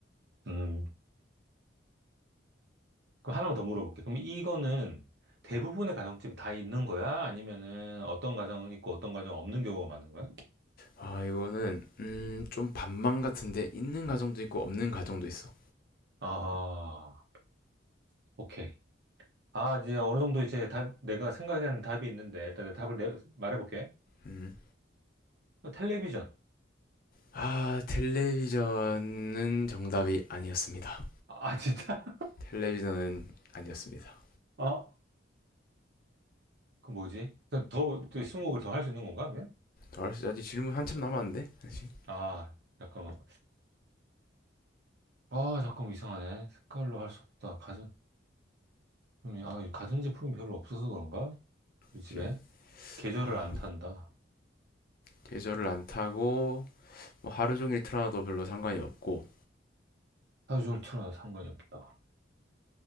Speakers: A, on the right (about 60°); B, on the left (about 50°).
A: 음. 그럼 하나만 더 물어볼게. 그럼 이거는 대부분의 가정집이 다 있는 거야? 아니면은 어떤 가정은 있고 어떤 가정은 없는 경우가 많은 거야?
B: 아, 이거는, 음, 좀 반망 같은데, 있는 가정도 있고, 없는 가정도 있어.
A: 아, 오케이. 아, 이제 어느 정도 이제 답, 내가 생각하는 답이 있는데 일단 내 답을 내, 말해볼게.
B: 음.
A: 어, 텔레비전.
B: 아, 텔레비전은 정답이 아니었습니다.
A: 아, 진짜?
B: 텔레비전은 아니었습니다.
A: <laughs> 아, 그 뭐지? 그럼 더, 또 스무고개를 더 할 수 있는 건가, 그냥
B: 알았어, 아직 질문 한참 남았는데? 아직?
A: 아, 잠깐만. 아, 잠깐만, 이상하네. 색깔로 할 수 없다. 가전제품이, 아, 가전제품이 별로 없어서 그런가? 우리 집에?
B: 시
A: 계절을
B: 아,
A: 안 탄다.
B: 계절을 안 타고 뭐 하루 종일 틀어놔도 별로 상관이 없고
A: 하루 종일 틀어놔도 상관이 없다.